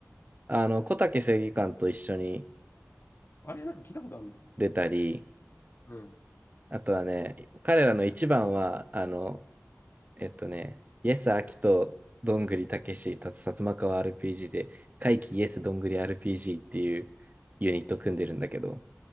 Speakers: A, on the right; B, on the left.
A: あの、小竹正義感と一緒に
B: あれなんか聞いたことあるな。
A: 出たり、
B: うん。
A: あとはね、彼らの一番は、あの、えっとね、イエス・アキとどんぐりたけし、たつ薩摩川 RPG で、怪奇イエス・どんぐり RPG っていうユニット組んでるんだけど、